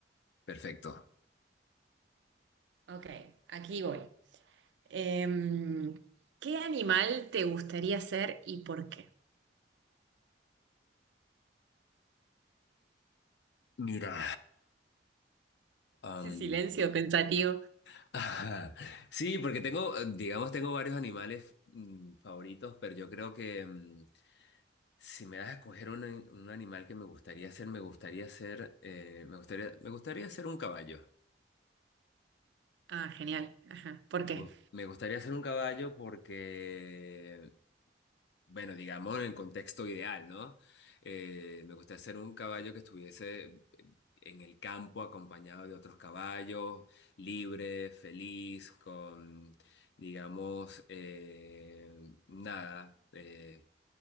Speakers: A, on the left; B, on the right.
A: perfecto.
B: Ok, aquí voy. Em, ¿qué animal te gustaría ser y por qué?
A: Mira, am,
B: Ese silencio pensativo.
A: <laughs> ajá. Sí, porque tengo, eh, digamos, tengo varios animales mm, favoritos, pero yo creo que mm, si me das a escoger un, an- un animal que me gustaría ser, me gustaría ser, eh, me gustaría, me gustaría ser un caballo.
B: Ah, genial. Ajá. ¿Por
A: Me
B: qué?
A: gu- me gustaría ser un caballo porque Bueno, digamos en el contexto ideal, ¿no? Eh, me gustaría ser un caballo que estuviese en el campo acompañado de otros caballos, libre, feliz, con, digamos, eh, nada. eh,